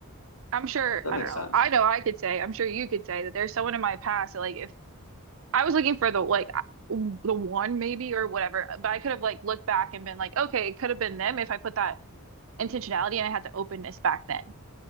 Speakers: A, on the right; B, on the left.
A: I'm sure,
B: That
A: I
B: makes
A: don't know.
B: sense.
A: I know I could say, I'm sure you could say that there's someone in my past that like if I was looking for the like the one maybe or whatever, but I could have like looked back and been like, okay, it could have been them if I put that intentionality and I had the openness back then.